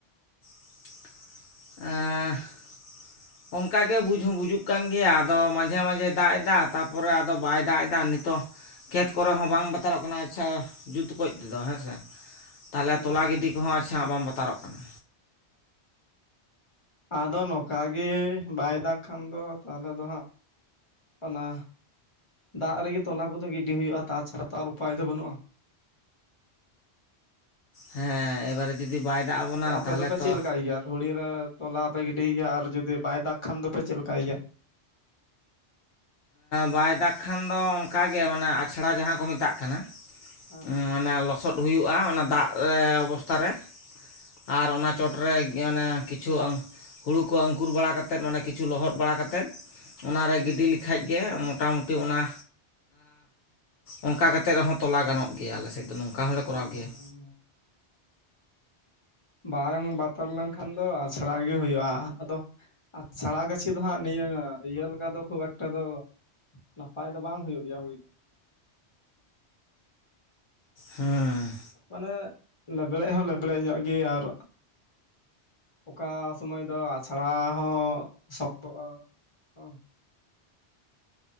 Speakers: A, on the left; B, on the left.
A: <unintelligible> ᱚᱱᱠᱟᱜᱮ ᱵᱩᱡᱽ ᱦᱚᱸ ᱵᱩᱡᱩᱜ ᱠᱟᱱ ᱜᱮᱭᱟ ᱟᱫᱚ ᱢᱟᱡᱷᱮ ᱢᱟᱡᱷᱮᱭ ᱫᱟᱜ ᱮᱫᱟ ᱛᱟᱨᱯᱚᱨᱮ ᱟᱫᱚ ᱵᱟᱭ ᱫᱟᱜ ᱮᱫᱟ᱾ ᱱᱤᱛᱚᱜ ᱠᱷᱮᱛ ᱠᱚᱨᱮ ᱦᱚᱸ ᱵᱟᱝ ᱵᱟᱛᱟᱨᱚᱜ ᱠᱟᱱᱟ ᱟᱪᱪᱷᱟ ᱡᱩᱛᱚᱠᱚᱡ ᱛᱮᱫᱚ ᱦᱮᱸᱥᱮ ᱛᱟᱦᱚᱞᱮ
B: ᱦᱩᱸ
A: ᱛᱚᱞᱟ ᱜᱤᱰᱤ
B: ᱦᱩᱸ
A: ᱠᱚᱦᱚᱸ ᱟᱪᱪᱷᱟ ᱵᱟᱝ ᱵᱟᱛᱟᱨᱚᱜ ᱠᱟᱱᱟ᱾
B: ᱟᱫᱚ ᱱᱚᱝᱠᱟ ᱜᱮ ᱵᱟᱭ ᱫᱟᱜ ᱠᱷᱟᱱ ᱫᱚ ᱛᱟᱦᱚᱞᱮ ᱫᱚ ᱦᱟᱸᱜ ᱚᱱᱟ ᱫᱟᱜ ᱨᱮᱜᱮ ᱛᱚᱞᱟ ᱠᱚᱫᱚ ᱜᱤᱰᱤ ᱦᱩᱭᱩᱜᱼᱟ ᱛᱟᱪᱷᱟᱲᱟ ᱛᱚ ᱟᱨ ᱩᱯᱟᱭ ᱫᱚ ᱵᱟᱹᱱᱩᱜᱼᱟ᱾
A: ᱦᱮᱸ᱾ ᱮᱵᱟᱨᱮ ᱡᱩᱫᱤ ᱵᱟᱭ ᱫᱟᱜ ᱟᱵᱚᱱᱟ
B: ᱟᱯᱮ
A: ᱛᱟᱦᱚᱞᱮ
B: ᱫᱚ ᱯᱮ
A: ᱛᱚ
B: ᱪᱮᱫ ᱞᱮᱠᱟᱭ ᱜᱮᱭᱟ? ᱫᱷᱩᱲᱤ ᱨᱮ ᱛᱚᱞᱟ ᱯᱮ ᱜᱤᱰᱤᱭ ᱜᱮᱭᱟ ᱟᱨ ᱡᱩᱫᱤ ᱵᱟᱭ ᱫᱟᱜᱽ ᱠᱷᱟᱱ ᱫᱚᱯᱮ ᱪᱮᱫ ᱞᱮᱠᱟᱭ ᱜᱮᱭᱟ?
A: ᱵᱟᱭ ᱫᱟᱜᱽ ᱠᱷᱟᱱ ᱫᱚ ᱚᱱᱠᱟ ᱜᱮ ᱢᱟᱱᱮ ᱟᱪᱷᱲᱟ ᱡᱟᱦᱟᱸ ᱠᱚ ᱢᱮᱛᱟᱜ ᱠᱟᱱᱟ
B: ᱦᱮᱸ
A: <unintelligible> ᱢᱟᱱᱮ ᱞᱚᱥᱚᱫ ᱦᱩᱭᱩᱜᱼᱟ ᱚᱱᱟ ᱫᱟᱜ ᱨᱮ ᱵᱚᱥᱛᱷᱟ ᱨᱮ᱾ ᱟᱨ ᱚᱱᱟ
B: ᱦᱮᱸ
A: ᱪᱚᱴᱨᱮ ᱢᱟᱱᱮ ᱠᱤᱪᱷᱩ ᱦᱩᱲᱩ ᱠᱚ ᱟᱹᱝᱠᱩᱨ ᱵᱟᱲᱟ ᱠᱟᱛᱮᱫ ᱢᱟᱱᱮ ᱠᱤᱪᱷᱩ ᱞᱚᱦᱚᱫ ᱵᱟᱲᱟ ᱠᱟᱛᱮᱫ ᱚᱱᱟ ᱨᱮ
B: ᱦᱩᱸ
A: ᱜᱤᱰᱤᱼᱼ ᱞᱮᱠᱷᱟᱡ ᱜᱮ ᱢᱚᱴᱟᱢᱩᱴᱤ ᱚᱱᱟ ᱚᱱᱠᱟ ᱠᱟᱛᱮᱫ ᱨᱮᱦᱚᱸ ᱛᱚᱞᱟ ᱜᱟᱱᱚᱜ ᱜᱮᱭᱟ ᱟᱞᱮ ᱥᱮᱫ ᱫᱚ ᱱᱚᱝᱠᱟ ᱦᱚᱸᱞᱮ ᱠᱚᱨᱟᱣ
B: ᱦᱩᱸ ᱦᱩᱸ
A: ᱜᱮᱭᱟ᱾
B: ᱦᱩᱸ ᱦᱩᱸ ᱦᱩᱸ ᱵᱟᱝ ᱵᱟᱛᱟᱨ ᱞᱮᱱᱠᱷᱟᱱ ᱫᱚ ᱟᱪᱷᱲᱟ ᱜᱮ ᱦᱩᱭᱩᱜᱼᱟ ᱾ ᱟᱫᱚ ᱟᱪᱷᱟᱲᱟ ᱜᱟᱹᱪᱷᱤ ᱫᱚ ᱦᱟᱸᱜ ᱱᱤᱭᱟᱹ ᱤᱭᱟᱹ ᱞᱮᱠᱟ ᱫᱚ ᱠᱷᱩᱵ ᱮᱠᱴᱟ ᱫᱚ ᱱᱟᱯᱟᱭ ᱫᱚ ᱵᱟᱝ ᱦᱩᱭᱩᱜ ᱜᱮᱭᱟ ᱦᱩᱭ ᱫᱚ᱾
A: ᱦᱮᱸ᱾
B: ᱢᱟᱱᱮ ᱞᱮᱵᱲᱮᱡ ᱦᱚᱸ ᱞᱮᱵᱲᱮᱡ ᱧᱚᱜ ᱜᱮ ᱟᱨ ᱚᱠᱟ ᱥᱚᱢᱚᱭ ᱫᱚ ᱟᱪᱷᱲᱟ ᱦᱚᱸ ᱥᱚᱠᱛᱚᱜᱼᱟ ᱾ ᱦᱮᱸ